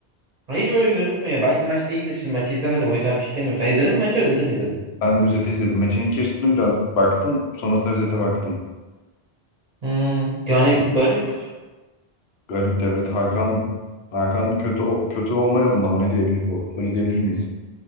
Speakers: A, on the right (about 45°); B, on the left (about 80°).
A: <laughs> Hiç böyle gözükmüyor. Belki maçta iyidir. Şimdi maçı izlemedim o yüzden bir şey demiyorum. Sen izledin mi maçı özeti mi izledin?
B: Ben özeti izledim. Maçın ilk yarısını biraz baktım. Sonrasında özete baktım.
A: Hmm, yani garip.
B: Garip de evet Hakan Hakan kötü o- kötü olma yolunda mı ne diyebilir o- öyle diyebilir miyiz?